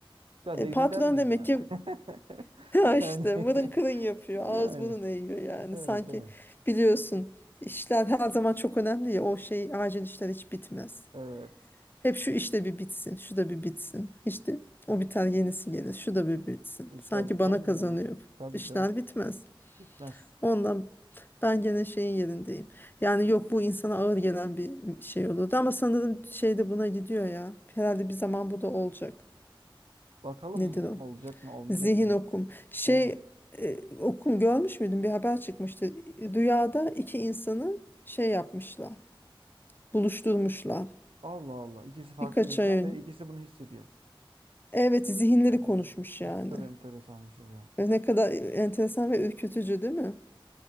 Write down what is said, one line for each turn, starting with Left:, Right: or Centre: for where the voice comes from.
Right: Ben
Left: E,
Right: de izin
Left: patron
Right: vermeyeyim
Left: demek
Right: yani.
Left: ki
Right: <laughs>
Left: <laughs> işte
Right: Yani <laughs>
Left: mırın kırın yapıyor.
Right: yani
Left: Ağız burun eğiyor yani.
Right: evet
Left: Sanki
Right: evet.
Left: biliyorsun işler her zaman çok önemli ya. O şey acil işler hiç bitmez.
Right: Evet.
Left: Hep şu işte bir bitsin, şu da bir bitsin. İşte o biter yenisi gelir, şu da bir bitsin.
Right: İşler
Left: Sanki
Right: biter
Left: bana
Right: mi
Left: kazanıyor.
Right: ya? Tabii
Left: İşler
Right: canım.
Left: bitmez.
Right: Bitmez.
Left: Ondan ben gene şeyin yerindeyim. Yani yok bu insana ağır gelen bir şey olurdu ama sanırım şey de buna gidiyor ya. Herhalde bir zaman bu da olacak.
Right: Bakalım
Left: Nedir o?
Right: olacak mı olmayacak
Left: Zihin
Right: mı?
Left: okum. Şey
Right: Evet.
Left: e, okum görmüş müydün? Bir haber çıkmıştı. Rüyada iki insanı şey yapmışlar, buluşturmuşlar.
Right: Allah Allah. İkisi farklı
Left: Birkaç
Right: insan
Left: ay önce.
Right: ve ikisi bunu hissediyor.
Left: Evet zihinleri
Right: Ay,
Left: konuşmuş
Right: ne
Left: yani.
Right: kadar enteresan bir şey ya.
Left: E, Ne kadar enteresan ve ürkütücü değil mi?